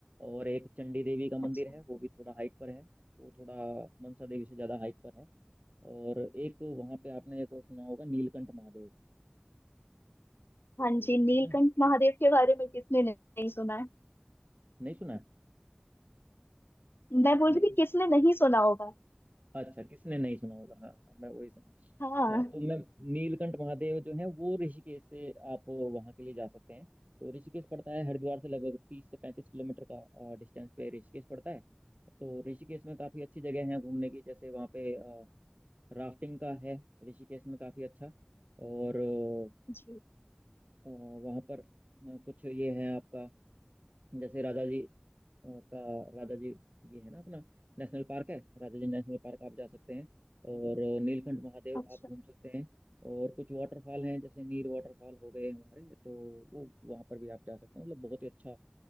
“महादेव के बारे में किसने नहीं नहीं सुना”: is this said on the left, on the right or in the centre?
Left